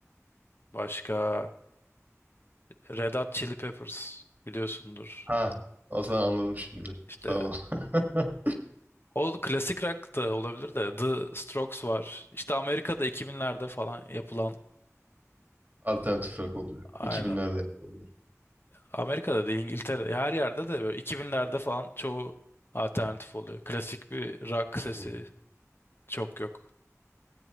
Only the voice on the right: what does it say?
Ha, o zaman anladım şimdi.
Tamam. <laughs>
Alternatif rock oluyor.
2000'lerde yapıyorlar.
Hı hı.